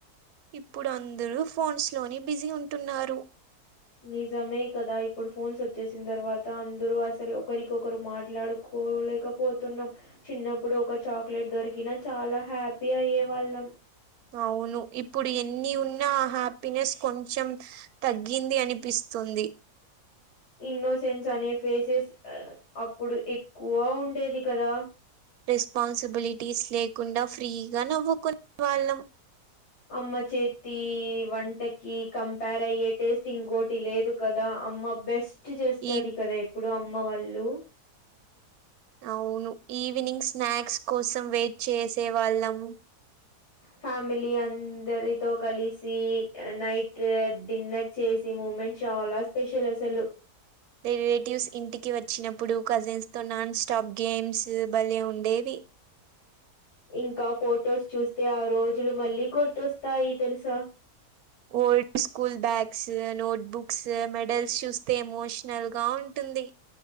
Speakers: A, on the right (about 70°); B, on the left (about 85°).
A: ఇప్పుడు అందరూ ఫోన్స్ లోని బిజీ ఉంటున్నారు
B: నిజమే కదా ఇప్పుడు ఫోన్స్ వచ్చేసిన తర్వాత అందరుూ అసలు ఒకరికొకరు మాట్లాడుకోలేక పోతున్నాం చిన్నప్పుడు ఒక చాక్లెట్ దొరికిన చాలా హ్యాపీ అయ్యే వాళ్ళం.
A: అవును ఇప్పుడు ఎన్ని ఉన్నా హ్యాపీనెస్ కొంచెం తగ్గింది అనిపిస్తుంది
B: ఇన్నో సెన్స్ అనే ఫేసెస్ అప్పుడు ఎక్కువ ఉండేది కదా
A: రెస్పాన్సిబిలిటీస్ లేకుండా ఫ్రీగా నవ్వుకునే వాళ్ళం
B: అమ్మ చేతి వంటకి కంపేర్ అయ్యే టేస్ట్ ఇంకోటి లేదు కదా అమ్మ బెస్ట్ చేస్తది
A: ఈ
B: కదా ఎప్పుడు అమ్మ వాళ్ళు
A: అవును ఈవినింగ్ స్నాక్స్ కోసం వెయిట్ చేసే వాళ్ళం
B: ఫ్యామిలీ అందరితో కలిసి నైట్ డిన్నర్ చేసి మూమెంట్ చాలా స్పెషల్ అసలు
A: రిలేటివ్స్ ఇంటికి వచ్చినప్పుడు కజిన్స్ తో నాన్ స్టాప్ గేమ్స్ బలే ఉండేవి
B: ఇంకా ఫొటోస్ చూస్తే ఆ రోజులు మళ్ళీ గుర్తొస్తాయి తెలుసా
A: old school bags note books medals చూస్తే ఎమోషనల్ గా ఉంటుంది